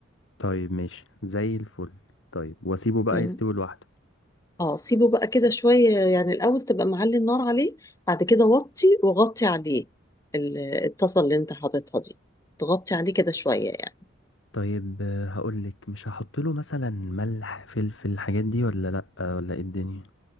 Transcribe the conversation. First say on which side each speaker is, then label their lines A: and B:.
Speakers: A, on the left; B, on the left.
A: طيب ماشي زي الفل طيب واسيبه بقى
B: تمام
A: يستوي لوحده
B: اه سيبه بقى كده شوية يعني الأول تبقى معلي النار عليه بعد كده وطي وغطي عليه ال- الطاسة اللي انت حاططها دي تغطي عليه كده شوية يعني
A: طيب آه، هقولك مش هحط له مثلا ملح فلفل الحاجات دي ولا لا آه، ولا ايه الدنيا